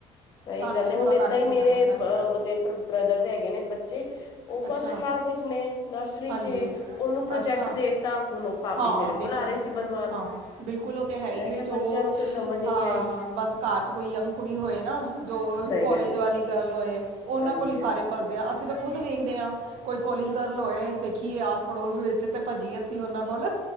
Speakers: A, on the left; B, on the right.
A: ਸਹੀ
B: ਸਾਨੂੰ
A: ਗੱਲ
B: ਹੀ ਥੋੜ੍ਹਾ
A: ਏ। ਹੁਣ ਏਦਾਂ
B: ਕਰਕੇ
A: ਹੀ ਮੇਰੇ
B: ਦੇਣਾ ਪੈਂਦਾ ਹੈ।
A: ਉਹਦੇ ਬ੍ਰਦਰ ਦੇ ਹੈਗੇ ਨੇ ਬੱਚੇ ਉਹ ਫਸਟ
B: ਅੱਛਾ
A: ਕਲਾਸ ਵਿਚ ਨੇ ਨਰਸਰੀ
B: ਹਾਂਜੀ
A: ਚ ਏ ਉਹਨੂੰ ਪ੍ਰੋਜੈਕਟ
B: ਅੱਛਾ
A: ਦੇੱਤਾ ਹੁਣ ਉਹ ਭਾਬੀ
B: ਹਾਂ
A: ਮੇਰੇ
B: ਦੇਖੋ
A: ਕੋਲ ਆ ਰਹੇ ਸੀ ਬਣਵਾਨ
B: ਹਾਂ ਬਿਲਕੁਲ ਉਹ ਤਾਂ ਹੈ
A: ਮੈਂ
B: ਹੀ ਏ
A: ਕਿਹਾ
B: ਜੋ
A: ਬੱਚਿਆਂ ਨੂੰ ਤੇ ਸਮਝ ਹੀ
B: ਹਾਂ
A: ਨਹੀਂ ਆਏਗੀ
B: ਬਸ। ਘਰ ਚ ਕੋਈ ਯੰਗ ਕੁੜੀ ਹੋਏ ਨਾ ਜੋ
A: ਸਹੀ
B: ਕੋਲਜ
A: ਗੱਲ ਹੈ
B: ਵਾਲੀ ਗਰਲ ਹੋਏ ਉਹਨਾਂ
A: ਹਾਂਜੀ
B: ਕੋਲ ਹੀ
A: ਹਾਂਜੀ
B: ਸਾਰੇ ਫਸਦੇ ਆ ਅਸੀਂ ਤਾਂ ਖੁਦ ਵੇਖਦੇ ਹਾਂ। ਕੋਈ ਕੋਲਜ ਗਰਲ ਹੋਏ ਦੇਖੀਏ ਆਸ ਪੜੋਸ ਵਿੱਚ ਤੇ ਭੱਜੀਏ ਅਸੀਂ ਉਹਨਾਂ ਕੋਲ